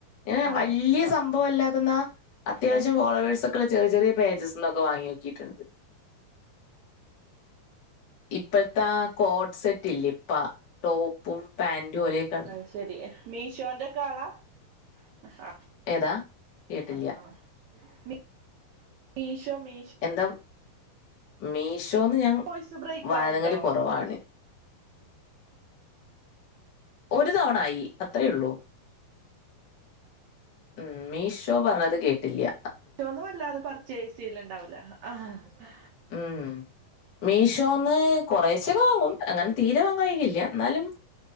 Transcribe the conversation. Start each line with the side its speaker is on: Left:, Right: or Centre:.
Left: ഇങ്ങനെ
Right: ആഹ്
Left: വല്യ
Right: ആഹ്
Left: സംഭആല്ലാതന്ന അത്യാവശ്യം
Right: ആഹ്
Left: ഫോളോവേഴ്സ് മക്കള് ചെറിയ ചറിയ പേജസ്സീന്നൊക്കെ വാങ്ങി നോക്കിട്ടുണ്ട് ഇപ്പയ്ത്താ കോഡ് സെറ്റില്ലേ ഇപ്പ ടോപ്പും പാന്റും ഒരേ കള
Right: അത് ശരിയെ മീഷോന്റൊക്കാളാ ആഹ്
Left: ഏതാ? കേട്ടില്ല.
Right: ആഹ് മി മീഷോ മി
Left: എന്താ മീഷോന്ന് ഞാൻ
Right: വോയിസ് ബ്രേക്ക്
Left: വാതങ്ങല്
Right: ആവുണ്ടോ
Left: കൊറവാണ് ഒരു തവണായി അത്രേ ഉള്ളൂ ഉം മീഷോ പറഞ്ഞത് കേട്ടില്യ
Right: മിഷോന്ന് വാല്ലാതെ പർച്ചെസ് ചെയ്യലുണ്ടാവില്ല ആഹഹാ
Left: ഉം മീഷോന്നേ കൊറേശ്ശെക്ക് വാങ്ങും അങ്ങനെ തീരെ വാങ്ങായിക ഇല്ല എന്നാലും